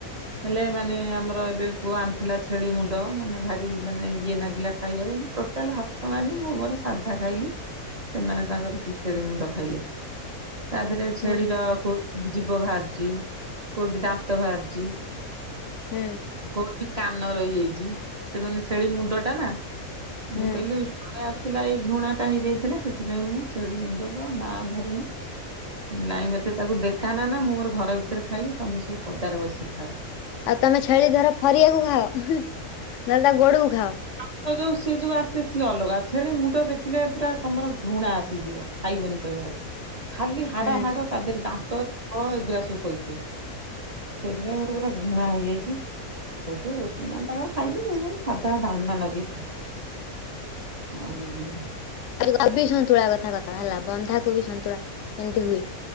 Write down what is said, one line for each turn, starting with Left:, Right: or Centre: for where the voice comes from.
Right: ହେଲେ ମାନେ ଆମର ଏବେ ପୁଅ ଆଣିଥିଲା ଛେଳି ମୁଣ୍ଡ ମାନେ ଭାରି ମାନେ ଇଏ ନାଗିଲା ଖାଇବାକୁ। ଟୋଟାଲେ ହାତ ମାରନି ମୁଁ ମୋର ସାଧା ଖାଇଲି ସେମାନେ ତାଙ୍କର ପିଚେଡି ମୁଣ୍ଡ ଖାଇଲେ। ତା ଦେହରେ ଛେଳିର
Left: ହୁଁ।
Right: କୋଉଠି ଜୀବ ବାହାରୁଚି କୋଉଠି ଦାନ୍ତ ବାହାରୁଚି
Left: ହୁଁ।
Right: କୋଉଠି କାନ ରହିଯାଇଚି ସେ ମାନେ ଛେଳି ମୁଣ୍ଡଟା ନା
Left: ହୁଁ
Right: ମୁଁ କହିଲି ଘରେ ଆସିଥିଲା ଏଇ ଘୃଣାଟା ହେଇଯାଇଥିଲା ସେଥିପାଇଁ ମୁଁ ଛେଳି ମୁଣ୍ଡକୁ ଆଉ ନା ଧରୁନି। ମୁଁ କଇଲି ନାଇଁ ମତେ ତାକୁ ଦେଖାନ ନା ମୁଁ ମୋର ଘର ଭିତରେ ଖାଇବି ତମେ ସବୁ ପଦାରେ ବସିକି ଖାଅ।
Left: ଆଉ ତମେ ଛେଳି ଧରା ଫରିିଆକୁ ଖାଅ ନହେଲେ ତା ଗୋଡକୁ ଖାଅ।
Right: କରଦୋବୁ ଯୋଉ ସିଏ ଯୋଉ ଆସେ ସିଏ ଅଲଗା ଛେଳି ମୁଣ୍ଡ ଦେଖିଲେ ପୁରା ତମର ଘୃଣା ଆସିଯିବ ଖାଇବନି ତମେ ଆଉ। ଖାଲି ହାଡ଼
Left: ହୁଁ
Right: ହାଡ଼ ତା ଦେହରେ ଦାନ୍ତ ଏଗୁଡରା ସବୁ ପଇଥିବ ସେଇଥିପାଇଁ ମୋର ଗୋଟେ ଘୃଣା ହେଇଯାଇଚି। ହେଉଠୁ ନହଲେ ତାଙ୍କ ଖାଇଲେ ମୁଁ ମୋର ସାଧା ଡାଲମା ଲଗେଇ ଖାଇଲି ଆଉ
Left: କୋବି ସନ୍ତୁଳା କଥା କଥା ହେଲା ବନ୍ଧାକୋବି ସନ୍ତୁଳା କେମିତି ହୁଏ?